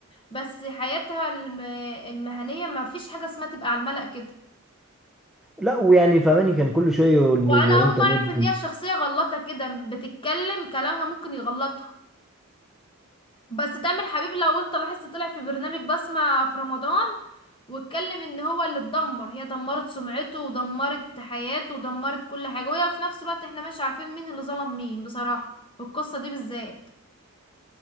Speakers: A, on the left; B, in the centre.
A: بس حياتها الم- المهنيه ما فيش حاجه اسمها تبقى على الملأ كده
B: لا ويعني فماني كان كل شويه يقول
A: وانا
B: ل- ل-
A: اول
B: انت
A: مره
B: مدمن
A: اعرف ان هي شخصيه غلطه كده بتتكلم كلامها ممكن يغلطها بس تامر حبيب لو انت لاحظت طلع في برنامج بسمة في رمضان واتكلم ان هو اللي اتدمر هي دمرت سمعته ودمرت حياته ودمرت كل حاجه وهي في نفس الوقت احنا مش عارفين مين اللي ظلم مين بصراحه في القصه دي بالذات